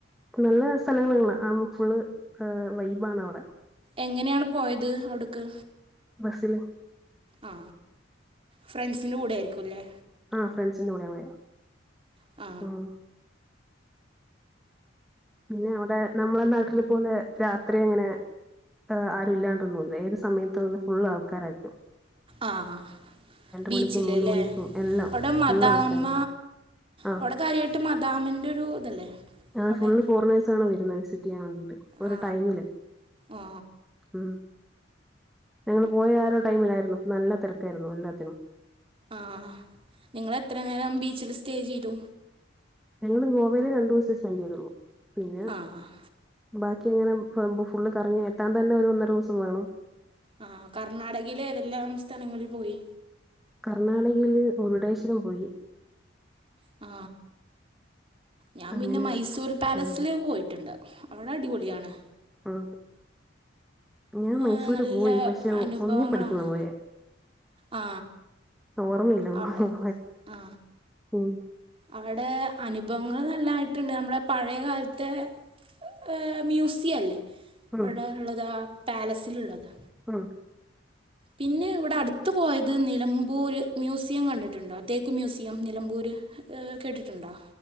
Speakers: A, in the centre; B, on the right.
A: നല്ല സ്ഥലങ്ങള, ആ ഫുള് വൈബാണവിടെ
B: എങ്ങനെയാണ് പോയത് അവിട്ക്?
A: ബസ്സില്-
B: ആ, ഫ്രണ്ട്സിന്റെ കൂടെ ആയിരിക്കുല്ലേ
A: ആ ഫ്രണ്ട്സിന്റെ കൂടെയാ പോയെ.
B: ആ.
A: ഉം പിന്നെ അവിടെ നമ്മളെ നാട്ടിലെ പോലെ രാത്രി എങ്ങനെ? അ ആരുല്ലാണ്ടൊന്നുല്ല ഏത് സമയത്തുന്ന് ഫുള്ളാൾക്കാരായിരിക്കും.
B: ആ, ആ ബീച്ചിലല്ലേ,
A: മണിക്കും മൂന്ന് മണിക്കും എല്ലാം
B: അവിടെ മതാമ്മ
A: ഫുൾ ആൾക്കാരായിരിക്കും ആഹ്
B: അവിടെ കാര്യായിട്ട് മദാമ്മന്റൊരു ഇതല്ലേ?
A: ആ,
B: അവിടെ
A: ഫുള്ള് ഫോറിനേയ്സ് ആണ് വരുന്നത് വിസിറ്റ് ചെയ്യാൻ വേണ്ടീട്ട് ഓരോ
B: ആ
A: ടൈമില്
B: ആ
A: ഉം, ഞങ്ങൾ പോയ ആ ഒരു ടൈമിലായിരുന്നു നല്ല തെരക്കായിരുന്നു എല്ലാത്തിനും.
B: ആ, നിങ്ങളെത്ര നേരം ബീച്ചിൽ സ്റ്റേ ചെയ്തു.
A: ഞങ്ങൾ ഗോവായിൽ രണ്ടു ദിവസം സ്പെൻഡ് ചെയ്തുള്ളു പിന്നെ
B: ആ
A: ബാക്കി എങ്ങനെപോവുമ്പോ ഫുള്ള് കറങ്ങി എത്താൻ തന്നെ ഒന്നര ദിവസം വെണോ?
B: ആ, കർണാടകയിൽ ഏതെല്ലാം സ്ഥലങ്ങളിൽ പോയി?
A: കർണാടകയില് മുരുടേശ്വരം പോയി.
B: ആ. ഞാൻ
A: അങ്ങനെ
B: പിന്നെ മൈസൂർ പാലസിൽ
A: പോയി വന്നു
B: പോയിട്ടുണ്ട് അവിടെ അടിപൊളിയാണ്.
A: മ് <unintelligible> ഞാൻ
B: ആ,
A: മൈസൂര്
B: നല്ല
A: പോയി പക്ഷെ
B: അനുഭവങ്ങളാണ്
A: ഒന്നിൽ പഠിക്കുമ്പ പോയേ
B: ആ
A: ഓർമ്മയില്ല ഒന്നും
B: അവിടെ ആ
A: <unintelligible>
B: അവിടെ അനുഭവങ്ങൾ നല്ലായിട്ടുണ്ട്. നമ്മുടെ പഴയകാലത്തെ എഹ്, മ്യൂസിയം അല്ലേ? അവിടെ
A: ഉം
B: ഉള്ളത് ആ പാലസിലുള്ളത്.
A: ഉം.
B: പിന്നെ ഇവിടെ അടുത്ത് പോയത് നിലമ്പൂർ മ്യൂസിയം കണ്ടിട്ടുണ്ടോ? തേക്ക് മ്യൂസിയം നിലമ്പൂർ എഹ് കേട്ടിട്ടുണ്ടോ?